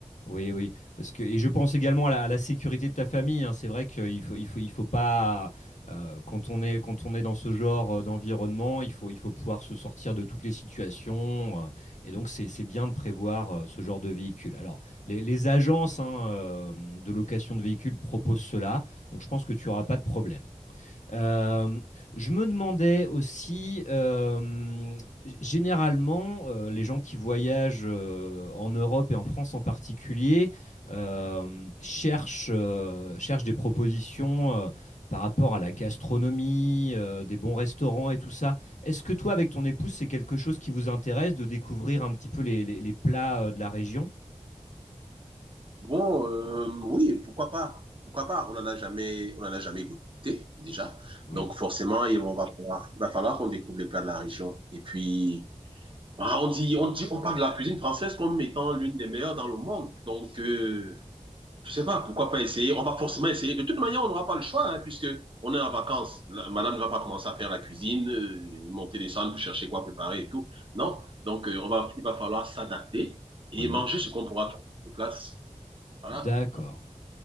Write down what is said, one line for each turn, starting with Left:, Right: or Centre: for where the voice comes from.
Left: Oui, oui, parce que et je pense également à la, à la sécurité de ta famille. hein. C'est vrai qu'il faut, il faut, il faut pas euh, quand on est quand on est dans ce genre euh, d'environnement, il faut, il faut pouvoir se sortir de toutes les situations. euh, et donc c'est, c'est bien de prévoir euh, ce genre de véhicule. Alors les, les agences hein, euh, de location de véhicules proposent cela, donc je pense que tu auras pas de problème. Euh, je me demandais aussi, euh, g- généralement, euh, les gens qui voyagent euh, en Europe et en France en particulier euh, cherchent, euh, cherchent des propositions euh, par rapport à la gastronomie, euh, des bons restaurants et tout ça. Est-ce que toi, avec ton épouse, c'est quelque chose qui vous intéresse de découvrir un petit peu les, les- les plats euh, de la région?
Right: Bon, euh, oui, pourquoi pas? Pourquoi pas? On n'en a jamais, on en a jamais goûté déjà.
Left: Oui,
Right: Donc forcément, il on va falloir, il va falloir qu'on découvre les plats de la région. Et puis, ah, on dit, on dit, on parle de la cuisine française comme étant l'une des meilleures dans le monde. Donc, euh, je sais pas, pourquoi pas essayer? On va forcément essayer. De toute manière, on n'aura pas le choix, hein, puisque on est en vacances. La- madame ne va pas commencer à faire la cuisine, euh, monter les salles pour chercher quoi préparer et tout. Non. Donc, euh, on va, il va falloir s'adapter et
Left: oui.
Right: manger ce qu'on pourra trouver sur place. Voilà.
Left: D'accord.